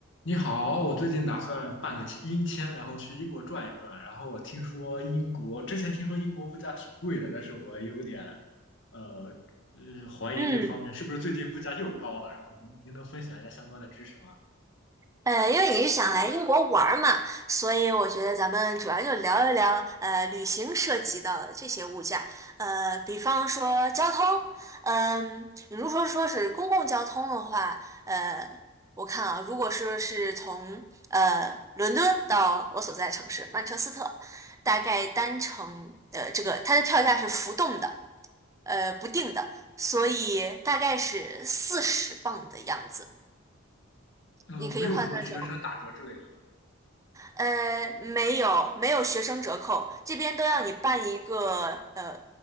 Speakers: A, on the left (about 65°); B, on the right (about 15°).
A: 你好，我最近打算办个签英签，然后去英国转一转。然后我听说英国，之前听说英国物价挺贵的，但是我有点，呃呃，怀疑这个方面是不是最近物价又高了。
B: 嗯，
A: 然后您您能分享一下相关的知识吗？
B: 呃，因为你是想来英国玩儿嘛，所以我觉得咱们主要就聊一聊呃旅行涉及到的这些物价，呃，比方说交通，嗯、你如果说是公共交通的话，呃，我看啊，如果说是从呃伦敦到我所在城市曼彻斯特，大概单程呃这个它的票价是浮动的，呃不定的，所以大概是四十磅的样子，
A: 嗯、
B: 你可以换算成。
A: 没有什么学生打折之类的。
B: 呃，没有，没有学生折扣，这边都要你办一个呃，